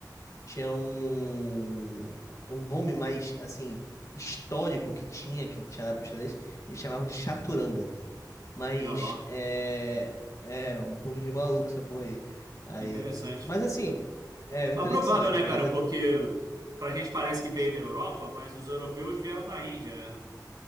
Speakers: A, on the left (about 45°); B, on the right (about 60°).
A: Tinha um, um nome mais, assim, histórico que tinha, que tinha lá pro xadrez, eles chamavam de chaturanga. Mas
B: E olha lá,
A: é, é um nome de maluco essa porra aí. Aí,
B: que interessante.
A: mas assim, é interessante,
B: Mas provável, né, cara?
A: mas é,
B: Porque pra gente parece que veio da Europa, mas os europeus vieram da Índia, né?